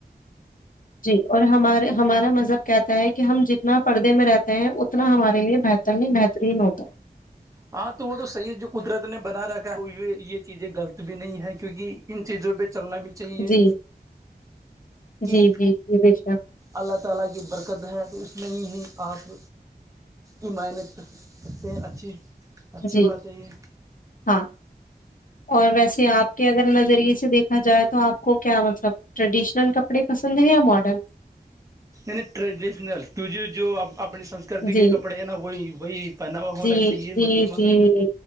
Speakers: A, on the left; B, on the right.
A: جی اور ہمارے ہمارا مذہب کہتا ہے کہ ہم جتنا پردے میں رہتے ہیں اتنا ہمارے لیے بہتر نہیں بہترین ہوتا
B: ہاں تو وہ تو صیح جو قدرت نے بنا رکھا ہے یہ چیزیں غلط بھی نہیں ہے کیونکہ ان چیزوں پہ چلنا بھی چاہیے
A: جی
B: کہ
A: جی جی جی بے شک
B: اللہ تعالی کی برکت ہے تو اس میں ہی ہی آپ ایمانت کرتے ہیں اچھی اچھی
A: جی
B: بات ہے یہ
A: ہاں اور ویسے آپ کے اگر نظریے سے دیکھا جائے تو آپ کو کیا مطلب ٹریڈیشنل کپڑے پسند ہیں یا ماڈرن
B: نی ٹریڈیشنل جو اپنی سنسکرتی
A: جی
B: کے کپڑے ہیں نا وہی وہی پہناوا ہونا
A: جی
B: چاہیے
A: جی
B: مطلب
A: جی